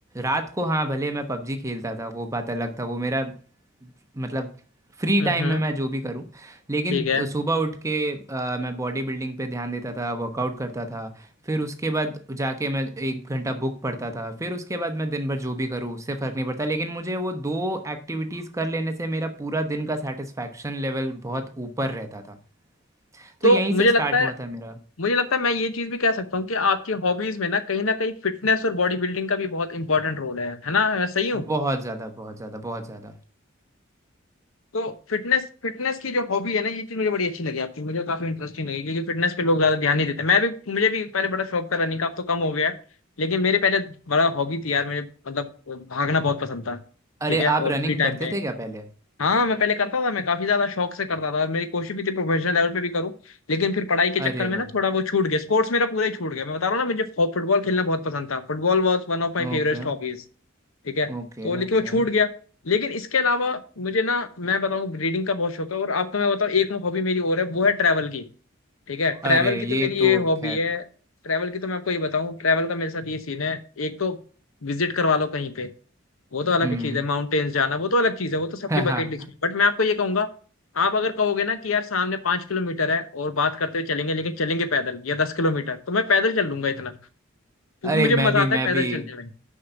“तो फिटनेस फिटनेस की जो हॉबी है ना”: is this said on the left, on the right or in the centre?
Left